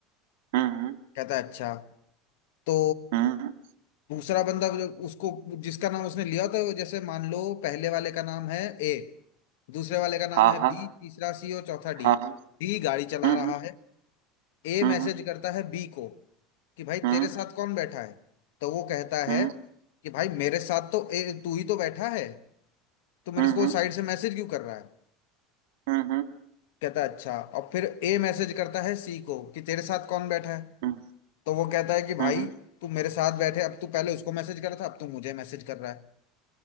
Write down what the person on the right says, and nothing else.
हम्म
हम्म
हाँ
हाँ
हाँ हाँ
हम्म
हम्म
हम्म
हम्म
हम्म
हम्म
हम्म
हम्म